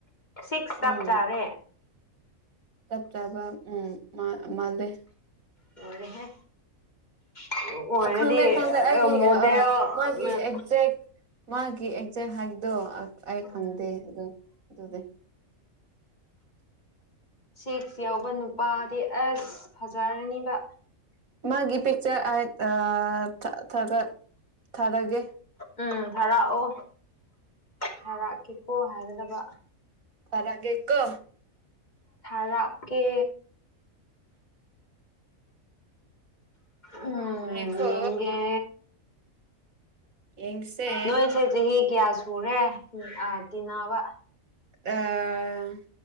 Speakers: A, on the left; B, on the right.
A: ꯁꯤꯛꯁ
B: ꯎꯝ
A: ꯆꯞ ꯆꯥꯔꯦ
B: ꯆꯞ ꯆꯥꯕ ꯎꯝ ꯃꯥ ꯃꯥꯜꯂꯦ
A: ꯂꯣꯏꯔꯦꯍꯦ ꯑ ꯗꯨ ꯑꯣꯏꯔꯗꯤ
B: ꯈꯪꯗꯦ ꯈꯪꯗꯦ ꯑꯩꯒꯤ
A: ꯑ ꯃꯣꯗꯦꯜ
B: ꯃꯥꯒꯤ
A: ꯃꯦꯟ
B: ꯑꯦꯛꯖꯦꯛ ꯃꯥꯒꯤ ꯑꯦꯛꯖꯦꯛ ꯍꯥꯏꯗꯣ ꯑꯩ
A: ꯎꯝ
B: ꯈꯪꯗꯦ ꯑꯗꯨ ꯑꯗꯨꯗꯤ
A: ꯁꯤꯛꯁ ꯌꯥꯎꯕ ꯅꯨꯄꯥꯗꯤ ꯑꯦꯁ ꯐꯖꯔꯅꯤꯕ
B: ꯃꯥꯒꯤ ꯄꯤꯛꯆꯔꯠ ꯑ ꯊꯥꯒꯠ ꯊꯥꯔꯛꯒꯦ
A: ꯎꯝ ꯊꯥꯔꯛꯑꯣ ꯊꯥꯔꯛꯀꯦꯀꯣ ꯍꯥꯏꯒꯗꯕ
B: ꯊꯥꯔꯛꯒꯦꯀꯣ
A: ꯊꯥꯔꯛꯀꯦ ꯎꯝ
B: ꯉꯥꯏꯈꯣ
A: ꯌꯦꯡꯒꯦ
B: ꯌꯦꯡꯁꯦ
A: ꯅꯣꯏꯁꯦ ꯆꯍꯤ ꯀꯌꯥ ꯁꯨꯔꯦ ꯎꯝ ꯑ ꯇꯤꯟꯅꯕ
B: ꯑ